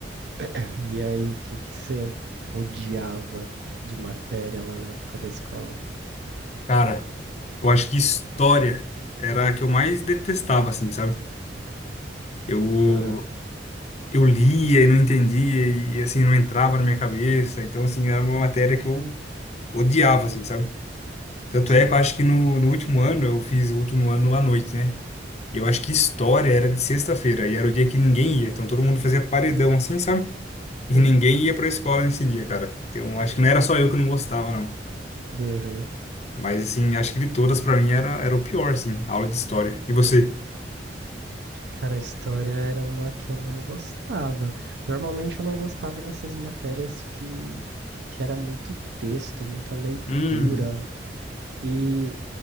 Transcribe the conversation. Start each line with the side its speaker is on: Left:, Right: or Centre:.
Right: <laughs> E aí, o que que você odiava de matéria lá na época da escola?
Left: Cara, eu acho que história era a que eu mais detestava, assim, sabe? Eu,
Right: Aham,
Left: eu lia e não entendia e, assim, não entrava na minha cabeça. Então, assim, era uma matéria que eu odiava, assim, sabe? Tanto
Right: sim.
Left: é que eu acho que no, no último ano, eu fiz o último ano à noite, né? E Eu acho que história era de sexta-feira e era o dia que ninguém ia. Então todo mundo fazia paredão, assim, sabe? E
Right: <laughs>
Left: ninguém ia pra escola nesse dia, cara. Então, acho que não era só eu que não gostava, não.
Right: Aham.
Left: Mas, assim, acho que de todas, pra mim, era, era o pior, assim, a aula de história. E você?
Right: Cara, a história era uma que eu não gostava. Normalmente eu não gostava dessas matérias que, que era muito texto, muita leitura.
Left: Uhum,
Right: E